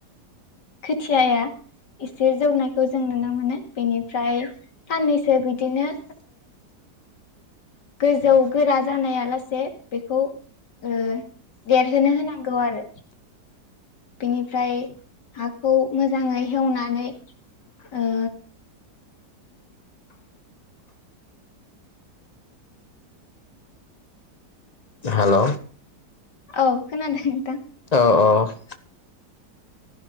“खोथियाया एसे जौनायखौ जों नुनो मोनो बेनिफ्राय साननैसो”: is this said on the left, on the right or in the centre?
Left